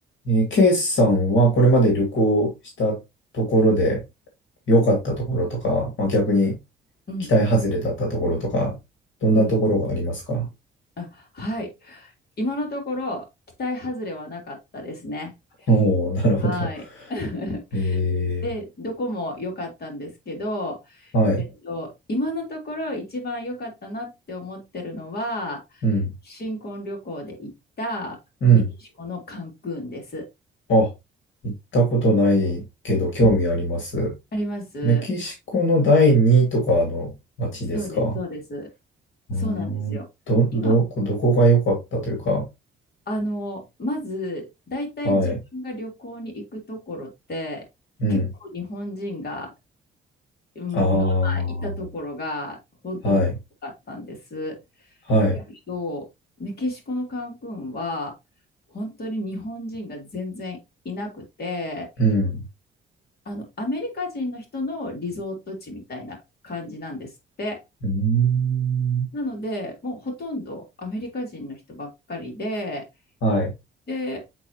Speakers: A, on the left; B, on the left.
A: えー、ケイスさんはこれまで旅行したところで良かったところとか、まあ、逆に
B: うん、
A: 期待外れだったところとか、どんなところがありますか
B: うん。あ、はい。今のところ、期待外れはなかったですね。
A: <laughs> おおー、なるほど。
B: はい。<laughs>
A: え
B: で、どこも良かったんですけど、
A: ー、はい。
B: えっと、今のところ一番良かったなって思ってるのは、
A: うん。
B: 新婚旅行で行ったメキシコのカンクンです。
A: うん。あ、行ったことないけど興味あります。
B: あります
A: メキシコの第二とかの街ですか
B: そうです、そうです。
A: うー
B: そうなんですよ。
A: ん。ど、
B: 今、
A: どこ、どこが良かったというか、
B: あの、まず、大体自分が旅行に行くところって、
A: はい。うん。
B: 結構日本人がうん、
A: ああ、
B: まあまあ、いたところが本当に多かったんです。
A: はい。はい。
B: だけど、メキシコのカンクンは、本当に日本人が全然いなくて、
A: うん。
B: あの、アメリカ人の人のリゾート地みたいな感じなんですって。
A: うーん。
B: なので、もうほとんどアメリカ人の人ばっかりで、
A: はい。
B: で、